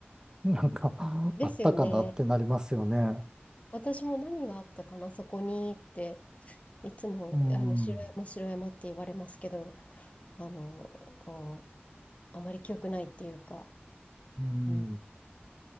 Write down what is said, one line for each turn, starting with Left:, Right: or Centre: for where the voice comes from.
Right: なんか <laughs> あったかなってなりますよね。
Left: ですよね。私も何があったかな、そこにって、いつも、
Right: うん。
Left: あの、白山、白山って言われますけど、あの、おあまり記憶ないっていうか、
Right: うん。
Left: うん。